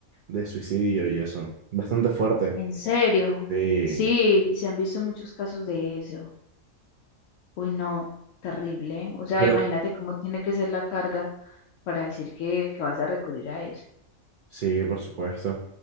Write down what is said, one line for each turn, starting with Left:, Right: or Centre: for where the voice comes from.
Right: de suicidio y eso. Bastante fuerte.
Left: ¿En serio?
Right: Sí,
Left: Sí, y se han visto muchos casos de eso. Uy, no, terrible. O sea,
Right: pero
Left: imagínate cómo tiene que ser la carga para decir que, que vas a recurrir a eso.
Right: sí, por supuesto.